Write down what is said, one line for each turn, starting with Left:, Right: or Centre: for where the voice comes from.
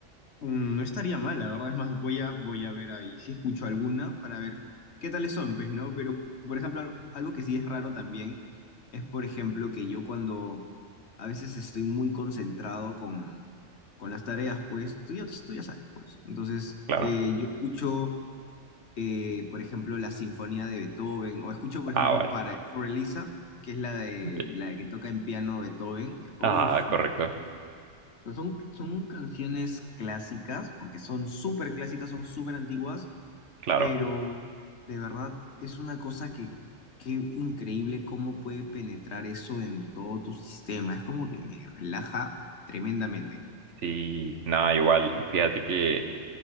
Left: mm, no estaría mal, la verdad. Es más, voy a, voy a ver ahí si escucho alguna para ver qué tales son, pues, ¿no? Pero, por ejemplo, al- algo que sí es raro también es, por ejemplo, que yo cuando a veces estoy muy concentrado con con las tareas, pues tú ya, tú ya sabes, pues. Entonces,
Right: Claro.
Left: eh, yo escucho, eh, por ejemplo, la Sinfonía de Beethoven, o escucho, por ejemplo,
Right: Ah, vale.
Left: para For Elisa, que es la de
Right: Ok.
Left: la que toca en piano Beethoven. Uf,
Right: Ah, correcto.
Left: no sé, una- son, son canciones clásicas, porque son súper clásicas, son súper antiguas,
Right: Claro.
Left: pero de verdad es una cosa que, qué increíble cómo puede penetrar eso en todo tu sistema. Es como que me relaja tremendamente.
Right: Sí, nada, igual. Y fíjate que